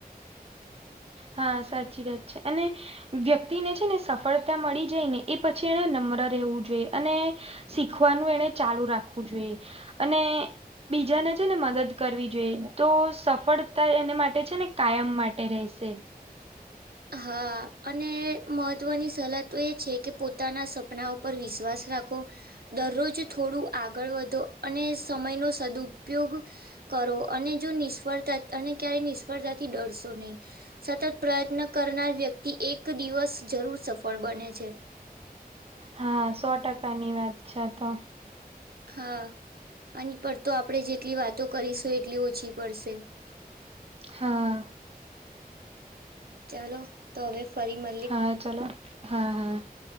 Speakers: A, on the right; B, on the right.
A: <inaudible>
B: હા સાચી વાત છે અને વ્યક્તિને છે ને સફળતા મળી જાય ને એ પછી એને નમ્ર રહેવું જોઈએ અને શીખવાનું એને ચાલુ રાખવું જોઈએ અને બીજાને છે ને મદદ કરવી જોઈએ તો સફળતા એને માટે છે ને કાયમ માટે રહેશે.
A: હા અને મહત્વની સલાહ તો એ છે કે પોતાના સપના પર વિશ્વાસ રાખો. દરરોજ થોડું આગળ વધો અને સમયનો સદુપયોગ કરો અને જો નિષ્ફળતા અને ક્યારે નિષ્ફળતાથી ડરશો નહી. સતત પ્રયત્ન કરનાર વ્યક્તિ એક દિવસ જરૂર સફળ બને છે.
B: હા સો ટકાની વાત છે તો
A: હા અને પર તો આપડે જેટલી વાતો કરીશું એટલી ઓછી પડશે.
B: હા
A: ચાલો તો હવે ફરી મ
B: હા ચલો હા હા